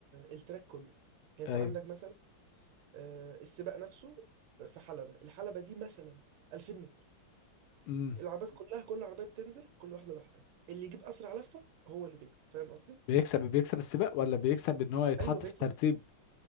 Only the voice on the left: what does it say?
ايوه
مم.
بيكسب بيكسب السباق ولا بيكسب ان هو يتحط
في الترتيب